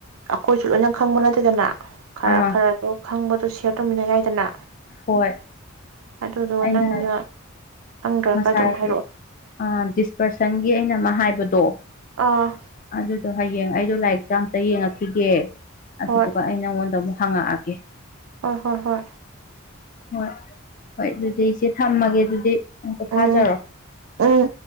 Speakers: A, on the right; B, on the left.
A: ꯑꯩꯈꯣꯏꯁꯨ ꯂꯣꯏꯅ ꯈꯪꯕ ꯅꯠꯇꯦꯗꯅ ꯈꯔ
B: ꯑꯥ
A: ꯈꯔꯗ ꯈꯪꯕꯗꯨ ꯁꯌꯔ ꯇꯧꯃꯤꯟꯅ ꯌꯥꯏꯗꯅ
B: ꯍꯣꯏ
A: ꯑꯗꯨꯗꯣ
B: ꯑꯩꯅ
A: ꯅꯪꯅ ꯈꯪꯗ꯭ꯔꯒ
B: ꯉꯁꯥꯏ
A: ꯑꯗꯨꯝ ꯍꯥꯏꯔꯛꯑꯣ
B: ꯗꯤꯁꯄꯔꯁꯟꯒꯤ ꯑꯩꯅ ꯑꯃ ꯍꯥꯏꯕꯗ ꯇꯣ
A: ꯑꯥ
B: ꯑꯗꯨꯗꯣ ꯍꯥꯌꯦꯡ ꯑꯩꯗꯣ ꯂꯥꯏꯔꯤꯛꯇ ꯑꯝꯇ ꯌꯦꯡꯉꯛꯈꯤꯒꯦ ꯑꯗꯨꯗꯨꯒ
A: ꯍꯣꯏ
B: ꯑꯩ ꯅꯪꯉꯣꯟꯗ ꯑꯃꯨꯛ ꯍꯪꯉꯛꯑꯒꯦ
A: ꯍꯣꯏ ꯍꯣꯏ ꯍꯣꯏ
B: ꯍꯣꯏ ꯍꯣꯏ ꯑꯗꯨꯗꯤ ꯏꯆꯦ ꯊꯝꯃꯒꯦ ꯑꯗꯨꯗꯤ ꯄꯣꯊꯥꯖꯔꯣ
A: ꯎꯝ ꯎꯝ